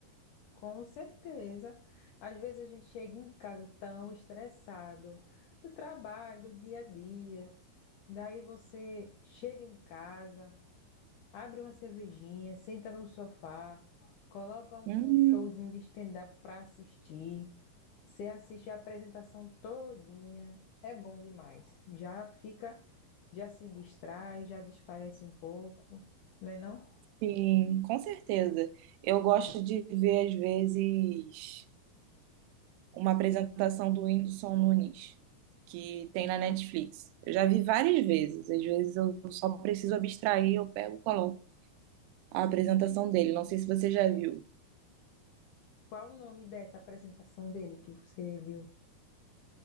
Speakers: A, on the left (about 75°); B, on the right (about 85°).
A: Com certeza. Às vezes a gente chega em casa tão estressado do trabalho, do dia a dia. Daí você chega em casa, abre uma cervejinha, senta no sofá, coloca um,
B: Hum,
A: um showzinho de stand-up para assistir. Você assiste a apresentação todinha, é bom demais. Já fica, já se distrai, já desparece um pouco, não é não?
B: sim, com certeza. Eu gosto de ver, às vezes. uma apresentação do Whindersson Nunes, que tem na Netflix. Eu já vi várias vezes, às vezes eu só preciso abstrair, eu pego e coloco a apresentação dele. Não sei se você já viu.
A: Qual o nome dessa apresentação dele que você viu?